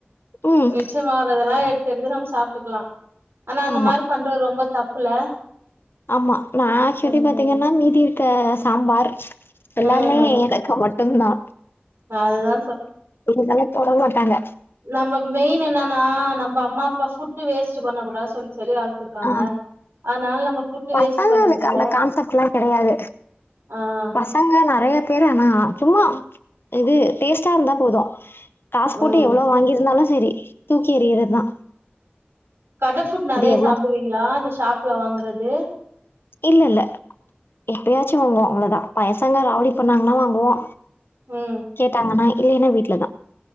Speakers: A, on the left; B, on the right.
A: ம்.
B: மிச்சமாவறதெல்லா எடுத்து எடுத்து நம்ம சாப்ட்டுக்லா. ஆனா அந்த
A: ஆமா,
B: மாரி பண்றது ரொம்ப தப்புல?
A: ஆமா நா ஏக்சுவலி
B: ம்
A: பாத்திங்கன்னா மீதி இருக்க சாம்பார் எல்லாமே
B: ம்
A: எனக்கு மட் டுந்தா
B: அதுதா
A: இவுங்கள்லா தொட மாட்டாங்க.
B: நம்ப மெயின் என்னனா நம்ப அம்மா அப்பா ஃபுட்டு வேஸ்ட்டு பண்ண கூடா சொல்லி சொல்லி வள த்துருக்காங்க
A: ஆ
B: அதனால நம்ம ஃபுட்டு
A: பசங்களுக்கு
B: வேஸ்ட்டு பண்றதில்ல.
A: அந்த கான்செப்ட்லாம் கிடையாது.
B: அ.
A: பசங்க நறைய பேர் ஆனா சும்மா இது டேஸ்ட்டா இருந்தா போது காசு போட்டு
B: ம்
A: எவ்ளோ வாங்கிருந்தாலு செரி தூக்கி எறியறத்தா.
B: கடை ஃபுட் நறைய
A: எவ்ளோ
B: சாப்டுவிங்ளா இந்த ஷாப்ல வாங்கறது.
A: இல்லல்ல எப்பயாச்சு வாங்குவோ அவ்ளதா பயசாங்க ராவுடி பண்ணாங்ன்னா வாங்குவோ.
B: ம்
A: கேட்டாங்கன்னா இல்லினா வீட்ல தா.